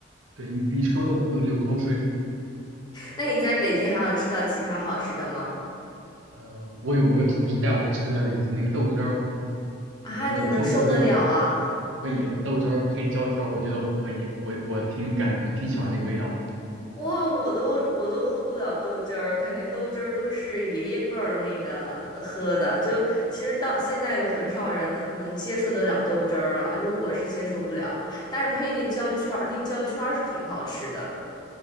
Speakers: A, on the right (about 80°); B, on the left (about 20°).
A: 对你你说的我都流口水了。
B: 那你在北京还有吃到其他好吃的吗？
A: 呃，我有个同事带我吃了一次那个豆汁儿，
B: 啊，
A: 我觉得豆汁儿对我
B: 你能受得了啊？
A: 可以，豆汁儿配焦圈儿，我觉得我可以，我我挺感觉挺喜欢那个味道的。
B: 哇，我都我都喝不了豆汁儿，感觉豆汁儿都是爷爷辈儿那个喝的，就其实到现在有很少人能能接受得了豆汁儿了，就我是接受不了，但是配那焦圈儿，那焦圈儿是挺好吃的。